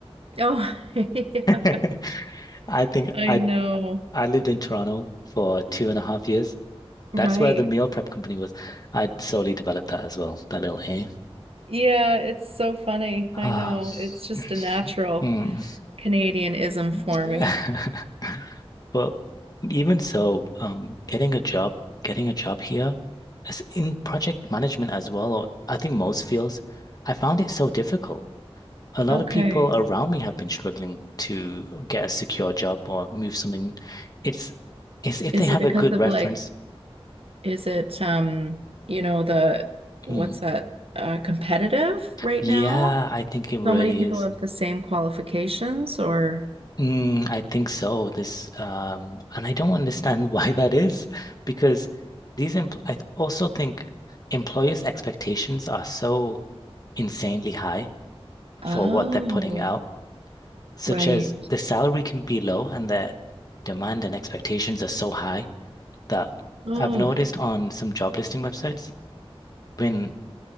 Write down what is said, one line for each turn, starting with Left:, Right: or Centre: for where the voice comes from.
Right: Oh, <laughs> yeah.
Left: <laughs> I think
Right: I
Left: I
Right: know.
Left: I lived in Toronto for two and a half years.
Right: Right.
Left: That's where the meal prep company was. I slowly developed that as well, that little A.
Right: Yeah, it's so funny. I
Left: Ah.
Right: know. It's just
Left: <laughs>
Right: a natural
Left: Mm.
Right: Canadianism for
Left: <laughs>
Right: me.
Left: But even so, um, getting a job, getting a job here, as in project management as well, or I think most fields, I found it so difficult. A lot
Right: Okay.
Left: of people around me have been struggling to get a secure job or move something. It's it's if
Right: Is
Left: they have
Right: it because
Left: a good
Right: of
Left: reference.
Right: like, is it um, you know, the what's
Left: Mm.
Right: that, uh, competitive right
Left: Yeah,
Right: now?
Left: I think it really
Right: So many people
Left: is.
Right: have the same qualifications or
Left: Mm, I think so. This, um, and I don't understand <laughs> why that is, because these empl I also think employers' expectations are so insanely high
Right: oh,
Left: for what they're putting out, such
Right: right.
Left: as the salary can be low and their demand and expectations are so high that
Right: Oh,
Left: I've noticed on some job listing websites when